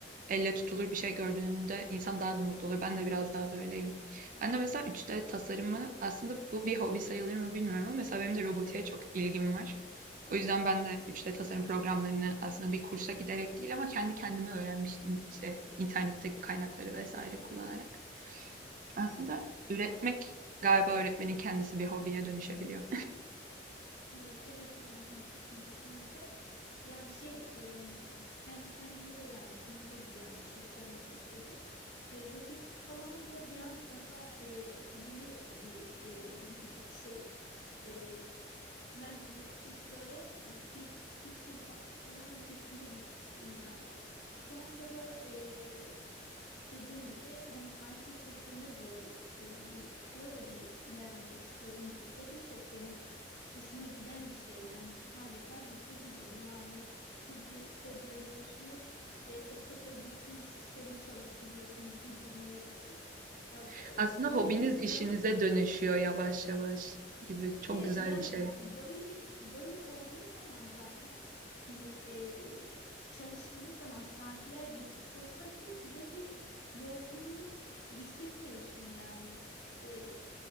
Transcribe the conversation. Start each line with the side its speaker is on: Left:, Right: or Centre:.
Right: elle tutulur bir şey gördüğünde insan daha da mutlu olur. Ben de biraz daha böyleyim. Ben de mesela 3D tasarımı aslında bu bir hobi sayılır mı bilmiyorum ama mesela benim de robotiğe çok ilgim var. O yüzden ben de 3D tasarım programlarını aslında bir kursa giderek değil ama kendi kendime öğrenmiştim işte internetteki kaynakları vesaire kullanarak. Aslında üretmek galiba öğretmenin kendisi bir hobiye dönüşebiliyor.
Left: E, Evet, e, haklısın kesinlikle. Yani şey, e, kendi kendini öğrenmişsin. Bu da güzel bir şey, güzel bir başarı. E, robotik falan da biraz daha e, yeni bir e, hani şey. E, ben bu kurslara ilk bir üç yıl fa- falan öncesinde gitmiştim yani. Şu anda da e, dediğim gibi hani IT sektörüne doğru e, bir orada bir ilerlemek istiyorum. Ho- O da çok benim hoşuma giden bir şey yani adeta bir hobi gibi yani siz bir kod yazıyorsunuz ve o kodla bütün bir sistemi çalıştırıyorsunuz bir düğmeye basıp. Ya
Right: <laughs>
Left: bu, e,
Right: Aslında
Left: bu
Right: hobiniz
Left: da insanın
Right: işinize dönüşüyor yavaş yavaş gibi çok
Left: Evet
Right: güzel
Left: yani
Right: bir şey.
Left: böyle böyle olduğu zaman zaten hani e, çalıştığınız zaman saatler geçmiş olsa bile size bir yorgunluk hissetmiyorsun yani. E,